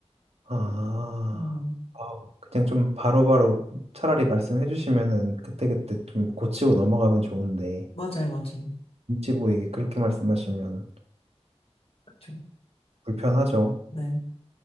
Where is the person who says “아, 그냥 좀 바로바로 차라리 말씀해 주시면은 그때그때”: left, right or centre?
Right